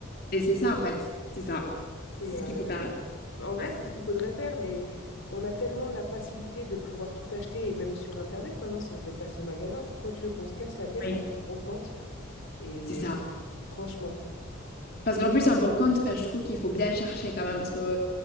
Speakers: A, on the left; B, on the left.
A: Et c'est ça, en fait. C'est ça.
B: C'est
A: C'est
B: euh,
A: ce qu'il faut faire.
B: En vrai,
A: Ouais,
B: c'est ce qu'il faudrait faire, mais on a tellement la facilité de pouvoir tout acheter, et même sur Internet maintenant, sans se déplacer au magasin. Pourquoi tu veux qu'on se casse la tête
A: oui.
B: à la brocante? Et
A: C'est ça.
B: franchement,
A: Parce qu'en plus, un bon compte, enfin, je trouve qu'il faut bien chercher quand même. Parce que